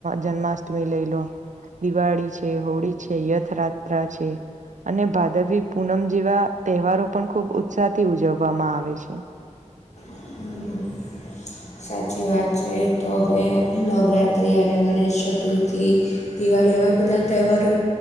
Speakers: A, on the right; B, on the left.
A: જન્માષ્ટમી લઈ લો દિવાળી છે હોળી છે યથરાત્રા છે. અને ભાદવી પૂનમ જેવા તહેવારો પણ ખૂબ ઉત્સાહથી ઉજવવામાં આવે છે.
B: <unintelligible> સાચી વાત છે તો હવે નવરાત્રિ અને ગણેશ ચતુર્થી જી દિવાળી હવે બધા તહેવારો